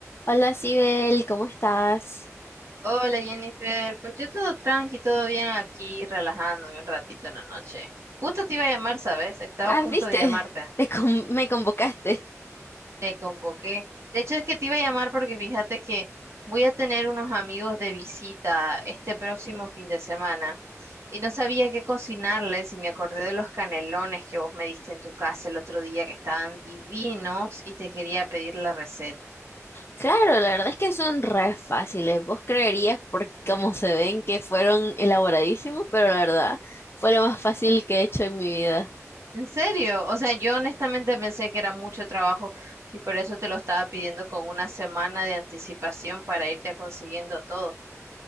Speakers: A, on the left; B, on the right.
A: Hola, Sibel, ¿cómo estás?
B: Hola Jennifer, pues yo todo tranqui, todo bien aquí, relajándome un ratito en la noche. Justo te iba a llamar, ¿sabes? Estaba
A: Ah,
B: a punto
A: viste,
B: de llamarte,
A: <laughs> Te con- me convocaste.
B: te convoqué. De hecho es que te iba a llamar porque fíjate que voy a tener unos amigos de visita este próximo fin de semana y no sabía qué cocinarles y me acordé de los canelones que vos me diste en tu casa el otro día que estaban divinos y te quería pedir la receta.
A: Claro, la verdad es que son re fáciles. Vos creerías por cómo se ven que fueron elaboradísimos, pero la verdad fue lo más fácil que he hecho en mi vida.
B: ¿En serio? O sea, yo honestamente pensé que era mucho trabajo y por eso te lo estaba pidiendo con una semana de anticipación para irte consiguiendo todo.